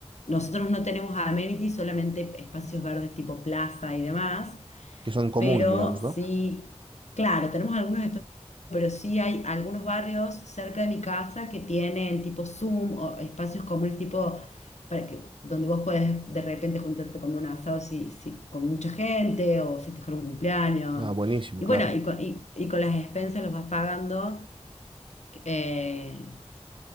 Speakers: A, on the left; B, on the right.
A: nosotros no tenemos amenities, solamente espacios verdes tipo plaza y demás,
B: que son comunes,
A: pero
B: digamos,
A: sí,
B: ¿no?
A: claro, tenemos algunos espacios, pero sí hay algunos barrios cerca de mi casa que tienen tipo Zoom o espacios comunes tipo para que, donde vos podés de repente juntarte a comer un asado si, si- con mucha gente o festejar un cumpleaños.
B: Ah, buenísimo,
A: Y
B: claro.
A: bueno, y con, y, y con las expensas los vas pagando, eh,